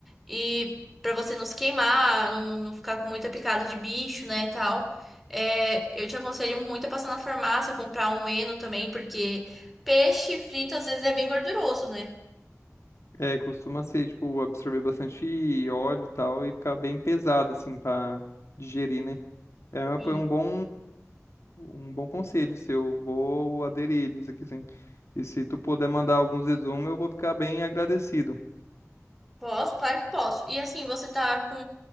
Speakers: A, in the centre; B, on the left.
A: E para você não se queimar, não, não ficar com muita picada de bicho, né, e tal. É, eu te aconselho muito a passar na farmácia, comprar um Eno também, porque. Peixe frito às vezes é bem gorduroso, né?
B: É, costuma ser, tipo, absorver bastante óleo e tal e ficar bem pesado, assim, pra digerir, né? É,
A: E
B: foi um bom, um bom conselho seu. Vou aderir eles aqui, sim. E se tu puder mandar alguns resumos, eu vou ficar bem agradecido.
A: Posso, claro que posso. E assim, você tá com,